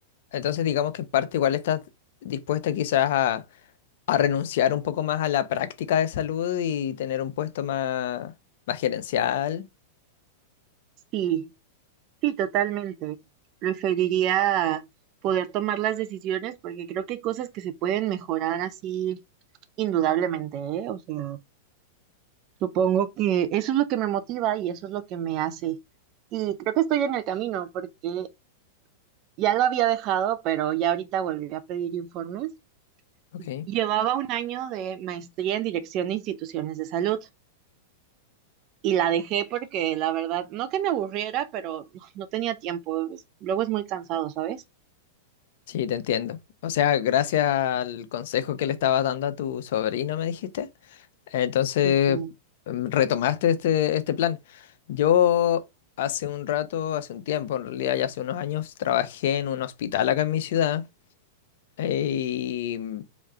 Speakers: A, on the left (about 65°); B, on the right (about 45°).
A: entonces digamos que en parte igual estás dispuesta quizás a, a renunciar un poco más a la práctica de salud y tener un puesto más, más gerencial.
B: sí, sí, totalmente. Preferiría poder tomar las decisiones porque creo que hay cosas que se pueden mejorar así indudablemente, ¿eh? O sea, Supongo que eso es lo que me motiva y eso es lo que me hace. Y creo que estoy en el camino porque ya lo había dejado, pero ya ahorita volví a pedir informes.
A: Ok,
B: Llevaba un año de maestría en dirección de instituciones de salud y la dejé porque la verdad, no que me aburriera, pero no tenía tiempo. Es- Luego es muy cansado, ¿sabes?
A: sí, te entiendo. O sea, gracias al consejo que le estabas dando a tu sobrino, me dijiste. Entonces,
B: Dije,
A: em, retomaste este, este plan. Yo hace un rato, hace un tiempo, en realidad ya hace unos años, trabajé en un hospital acá en mi ciudad. eh, Y mm,